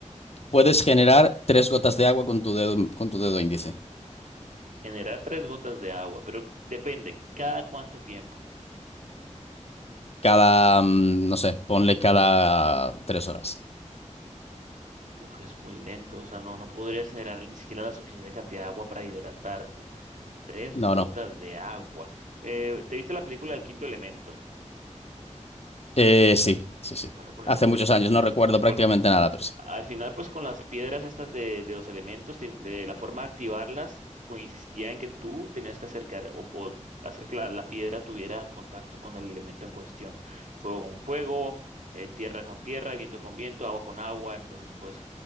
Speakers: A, on the left; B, on the right.
A: Puedes generar tres gotas de agua con tu dedo, con tu dedo índice.
B: Generar tres gotas de agua, pero depende, ¿cada cuánto tiempo?
A: Cada, mm, no sé, ponle cada tres horas.
B: Uf, es muy lento, o sea, no, no podrías generar ni siquiera la suficiente cantidad de agua para hidratarte. Tres
A: No,
B: gotas
A: no.
B: de agua. Eh, ¿te viste la película El Quinto Elemento?
A: Eh, sí, sí, sí.
B: Bueno, con esas
A: Hace
B: tres,
A: muchos años, no recuerdo
B: con,
A: prácticamente nada, pero sí.
B: Al final, pues con las piedras estas de, de los elementos, ten- de la forma de activarlas, consistía en que tú tenías que acercar o, o hacer que la, la piedra tuviera contacto con el elemento en cuestión. Fuego con fuego, eh, tierra con tierra, viento con viento, agua con agua. Entonces, pues